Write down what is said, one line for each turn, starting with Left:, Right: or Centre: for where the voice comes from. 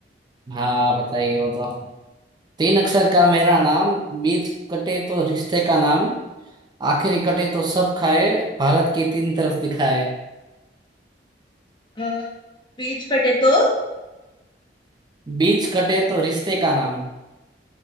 Right: हाँ बताइए वो तो तीन अक्षर का मेरा नाम बीच कटे तो रिश्ते का नाम आखिरी कटे तो सब खाए भारत की तीन तरफ दिखाए
Left: अ, बीच कटे तो
Right: बीच कटे तो रिश्ते का नाम